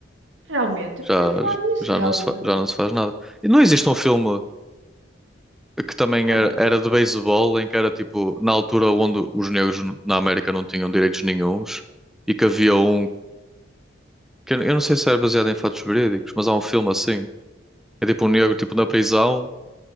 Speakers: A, on the right (about 80°); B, in the centre.
A: realmente, eu nunca
B: Já,
A: ia falar disso,
B: já
A: realmente.
B: não se, fa- já não se faz nada. E não existe um filme que também
A: Realmente.
B: era, era de beisebol em que era tipo, na altura onde os negros na América não tinham direitos nenhuns e que havia um, que eu eu não sei se era baseado em fatos verídicos, mas há um filme assim É tipo um negro tipo na prisão